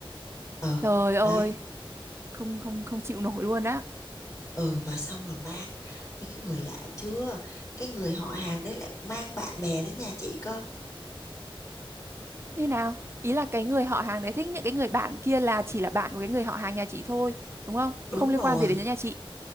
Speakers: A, on the left; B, on the right.
A: ừ
B: trời ơi
A: đấy
B: không không không chịu nổi luôn á
A: ừ mà xong rồi mang mấy cái người lạ chưa cái người họ hàng đấy lại mang bạn bè đến nhà chị cơ
B: như nào ý là cái người họ hàng đấy thích những cái người bạn kia là chỉ là bạn của cái người họ hàng nhà chị thôi đúng không
A: đúng
B: không liên
A: rồi
B: quan gì đến nhà chị